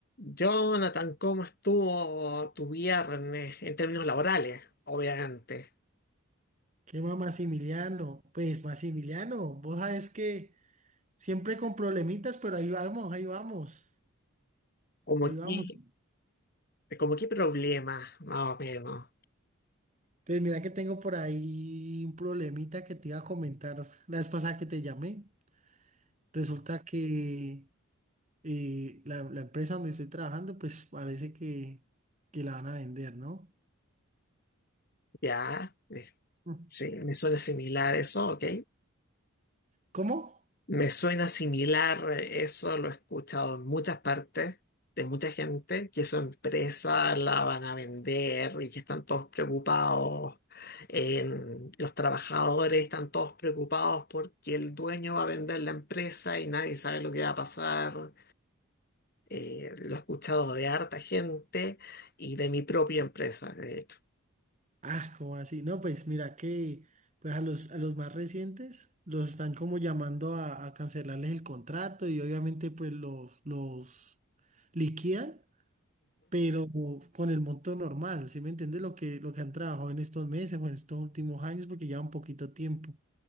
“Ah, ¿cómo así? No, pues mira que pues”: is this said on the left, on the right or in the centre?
Right